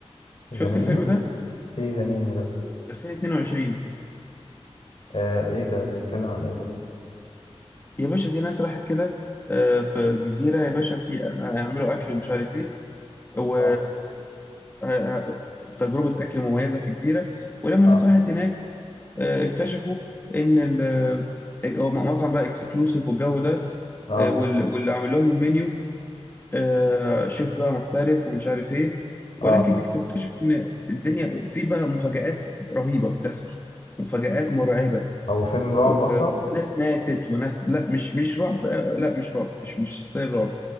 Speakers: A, on the left; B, on the left.
A: ذا
B: شفت
A: منيو
B: الفيلم ده
A: ايه ذا منيو ده
B: 2022
A: آه ايه ده بيتكلم عن ايه ده
B: يا باشا دي ناس راحت كده آه، في جزيرة يا باشا في آه، هيعملوا أكل ومش عارف إيه و
A: اه
B: ه- ه- ف- تجربة أكل مميزة في جزيرة ولما الناس
A: اه
B: راحت هناك آه، اكتشفوا إن ال هو مطعم بقى اكسكلوسيف والجو ده
A: اه
B: آه، وال- واللي عامل لهم المنيو آه، شيف بقى محترف ومش عارف إيه ولكن
A: اه
B: تكتشف إن الدنيا في بقى مفاجآت رهيبة بتحصل مفاجآت مرعبة
A: هو فيلم
B: و...
A: رعب اصلا
B: وناس ماتت وناس لا مش مش رعب آه، لا مش رعب مش مش ستايل رعب